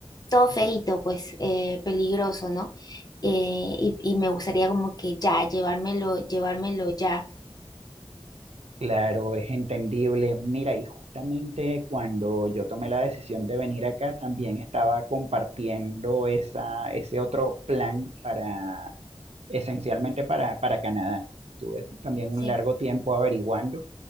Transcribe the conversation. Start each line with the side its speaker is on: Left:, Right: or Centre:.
Left: todo feíto, pues eh, peligroso, ¿no? Eh, y, y me gustaría como que ya, llevármelo, llevármelo ya.
Right: Claro, es entendible. Mira, y justamente cuando yo tomé la decisión de venir acá, también estaba compartiendo esa, ese otro plan para, esencialmente para, para Canadá. Tuve también
Left: Sí.
Right: un largo tiempo averiguando.